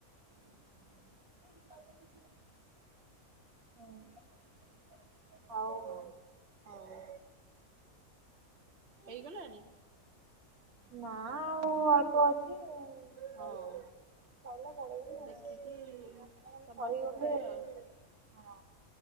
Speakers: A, on the right; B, on the right.
A: <inaudible> ହୁଁ ହଉ।
B: <inaudible> ହଁ <unintelligible> ହେଇଗଲାଣି?
A: ନା ଆଉ ଅଳ୍ପ ଅଛି ଆଉ।
B: ହଉ।
A: ଚାଲା <unintelligible>
B: ଦେଖିକି
A: <unintelligible>
B: ସମାପ୍ତ
A: ସରିଗଲେ
B: କରିବେ ଆଉ।
A: ହଁ